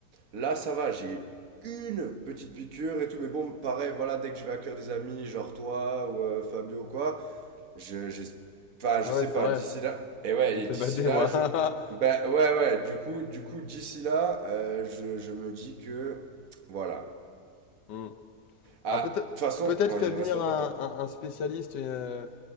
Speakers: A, on the right (about 55°); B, on the left (about 85°).
A: Là, ça va, j'ai une petite piqûre et tout, mais bon, pareil, voilà, dès que je vais accueillir des amis, genre toi ou euh, Fabio ou quoi, je, j'ai, enfin,
B: Ah
A: je sais
B: ouais, c'est
A: pas,
B: vrai.
A: d'ici là, et ouais,
B: Ça me
A: et
B: fait
A: d'ici
B: bader,
A: là,
B: moi.
A: je,
B: <laughs>
A: ben ouais, ouais, du coup, du coup, d'ici là, euh, je, je me dis que, voilà.
B: Hmm.
A: Ah,
B: Bah, peut-être
A: de toute façon,
B: peut-être
A: ouais,
B: faire
A: il nous
B: venir
A: reste un
B: un,
A: peu de temps.
B: un- un spécialiste euh,